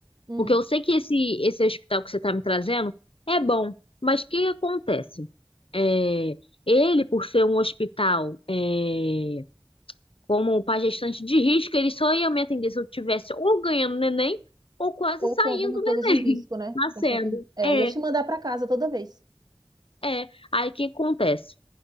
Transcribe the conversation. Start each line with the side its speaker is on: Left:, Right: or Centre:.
Right: Hum.
Left: porque eu sei que esse esse hospital que você está me trazendo é bom, mas o que acontece? É, ele, por ser um hospital, é, como para gestante de risco, ele só ia me atender se eu tivesse ou ganhando neném ou quase
Right: Ou
Left: saindo
Right: com alguma
Left: do neném,
Right: coisa de risco, né?
Left: <laughs> nascendo.
Right: Deixa eu ter- É,
Left: É.
Right: ia te mandar para casa toda vez.
Left: É, aí o que acontece?